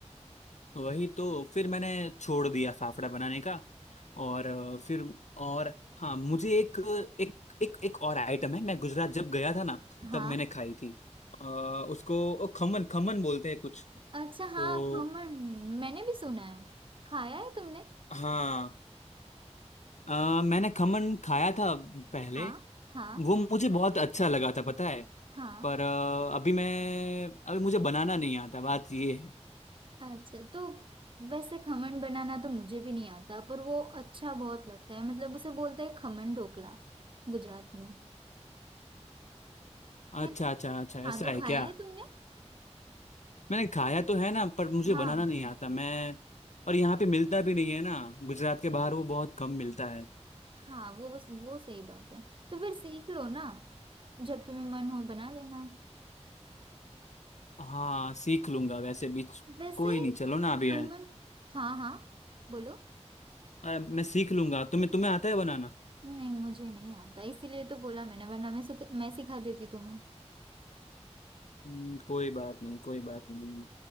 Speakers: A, on the left (about 80°); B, on the right (about 45°).
A: वही तो फिर मैंने छोड़ दिया फाफड़ा बनाने का और अ, फिर और हाँ मुझे एक एक एक एक और आइटम है मैं गुजरात जब गया था ना
B: हाँ
A: तब मैंने खाई थी अ, उसको ओ, खमन खमन बोलते हैं कुछ
B: अच्छा हाँ
A: तो
B: खमण मैंने भी सुना है खाया है तुमने
A: हाँ अ, मैंने खमन खाया था पहले
B: हाँ हाँ
A: वो मुझे बहुत अच्छा लगा था पता है
B: हाँ
A: पर अ, अभी मैं अभी मुझे बनाना नहीं आता बात ये है
B: अच्छा तो वैसे खमण बनाना तो मुझे भी नहीं आता पर वो अच्छा बहुत लगता है मतलब उसे बोलते हैं खमण ढोकला गुजरात में है
A: अच्छा
B: ना
A: अच्छा अच्छा
B: हाँ
A: ऐसा
B: तो खाया
A: है क्या
B: है तुमने
A: मैंने खाया तो है ना पर मुझे
B: हाँ
A: बनाना नहीं आता मैं और यहाँ पे मिलता भी नहीं है ना गुजरात के बाहर वो बहुत कम मिलता है
B: हाँ वो बस वो सही बात है तो फिर सीख लो ना जब तुम्हें मन हो बना लेना
A: हाँ सीख लूंगा वैसे भी
B: वैसे
A: कोई नहीं चलो ना अभी
B: खमण
A: मैं
B: हाँ हाँ बोलो
A: अ, मैं सीख लूंगा तुम्हें तुम्हें आता है बनाना
B: नहीं मुझे नहीं आता इसीलिए तो बोला मैंने वरना मैं सुख- मैं सिखा देती तुम्हें
A: हम्म, कोई बात नहीं कोई बात नहीं